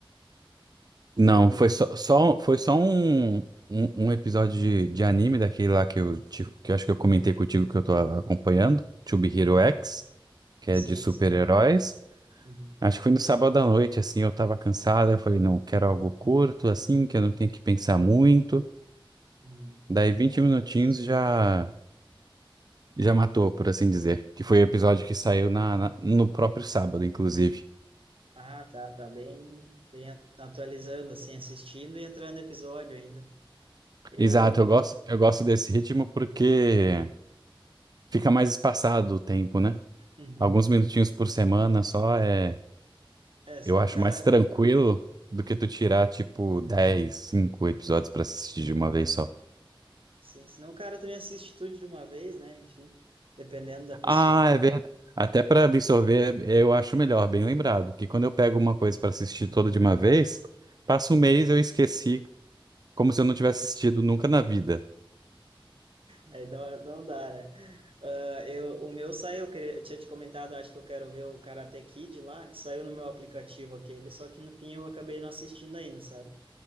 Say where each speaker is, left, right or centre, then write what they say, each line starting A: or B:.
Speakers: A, on the right; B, on the right.
A: Que
B: Não,
A: eu...
B: foi só, só- foi só um, um, um episódio de, de anime daquele lá que eu, te- que eu acho que eu comentei contigo que eu tô a- acompanhando, To Be Hero
A: Aham.
B: X, que
A: Sim,
B: é de super-heróis.
A: sim. Uhum.
B: Acho que foi no sábado à noite, assim, eu tava cansado, eu falei, não, eu quero algo curto, assim, que eu não tenho que pensar muito.
A: Uhum.
B: Daí vinte
A: Ah,
B: minutinhos
A: sim.
B: já já matou,
A: Ah,
B: por assim dizer, que foi o episódio que saiu na, na- no próprio sábado, inclusive.
A: ah, tá, tá bem, bem a- atualizando, assim, assistindo e entrando episódio ainda. Eu...
B: Exato,
A: Uhum.
B: eu gosto, eu gosto desse ritmo porque fica mais espaçado o tempo, né?
A: uhum.
B: Alguns minutinhos por semana só é,
A: É, senão
B: eu acho
A: o cara...
B: mais tranquilo do que tu tirar, tipo, 10 5 episódios pra assistir de uma vez só.
A: Sim, senão o cara também assiste tudo de uma vez, né? Enfim, dependendo da pessoa.
B: Ah, é verdade. Até pra absorver, eu acho melhor, bem lembrado, que quando eu pego uma coisa pra assistir toda de uma vez, passa um mês eu esqueci, como se eu não tivesse assistido nunca na vida.
A: Aí não, não dá, né? Ah, eu, o meu saiu, eu, queria- eu tinha te comentado, acho que eu quero ver o Karate Kid lá, que saiu no meu aplicativo aquele, só que no fim eu acabei não assistindo ainda, sabe?